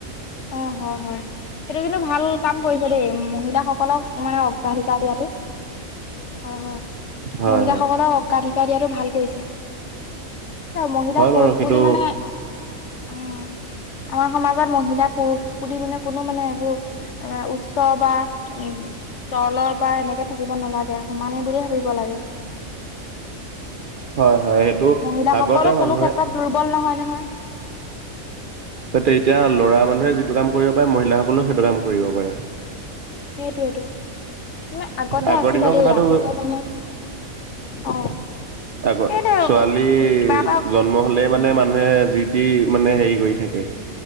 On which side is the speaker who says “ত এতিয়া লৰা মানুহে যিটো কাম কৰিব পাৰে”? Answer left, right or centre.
Right